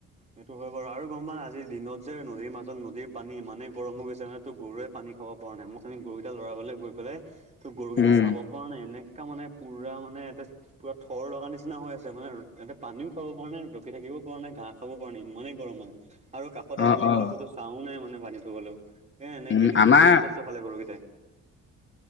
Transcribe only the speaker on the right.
এই ইটো হয় বাৰু আৰু গম পা আজিৰ দিনত যে নদীৰ মাজত নদীৰ পানী ইমানেই গৰম হৈ গৈছে মানে তো গৰুৱে পানী খাব নাই মোক আমি গৰুকেইটা লৰাবলৈ গৈ পেলাই ত' গৰুকেইটা
চাব পৰা নাই এনেকে মানে পুৰা মানে ইতে পুৰা থৰ লগা নিচিনা হৈ আছে মানে তাতে পানীও খাব পৰা নাই ৰখি থাকিবও পৰা নাই ঘাঁহ খাব পৰা নাই ইমানেই গৰম হয় আৰু কাষতে
আলিবলৈ
ক'তো চাহও নাই মানে বান্ধ থবলৈ এ এনেকেই
দিনটো
বহুত কষ্ট খালে গৰুকেইটাই।